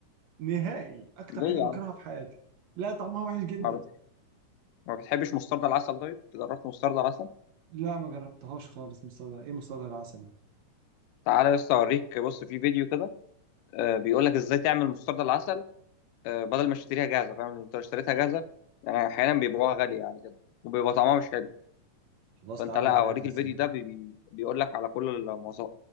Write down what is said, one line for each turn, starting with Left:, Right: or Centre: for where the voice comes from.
Right: نهائي اكتر
Left: ليه
Right: حاجه
Left: يا
Right: بكرهها
Left: عم
Right: في حياتي لا طعمها وحش جدا
Left: ما, بت... ما بتحبش مسترد العسل طيب جربت مسترد العسل
Right: لا ما جربتهاش خالص مستردة ايه مستردة العسل
Left: تعالى بس اوريك بص في فيديو كده آه بيقول لك ازاي تعمل مسترد العسل آه بدل ما تشتريها جاهزه فاهم انت لو اشتريتها جاهزه يعني احيانا بيبيعوها غاليه يعني كده وبيبقى طعمها مش حلو
Right: خلاص
Left: فانت
Right: تعالى
Left: لا
Right: وريها
Left: اوريك
Right: لي يا
Left: الفيديو
Right: سلام
Left: ده بي... بي- بيقول لك على كل المواص-